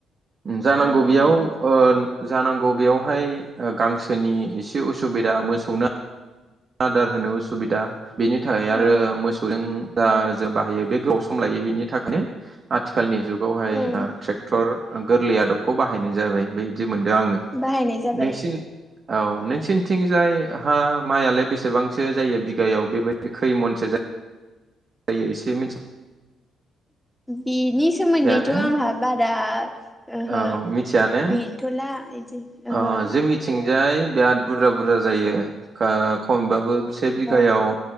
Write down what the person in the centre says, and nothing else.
औ
औ
औ
औ
बाहायनाय जाबाय
बिनि सोमोन्दैथ‌
आंहा बारा ओहो
गैथला इदि
ओहो
अ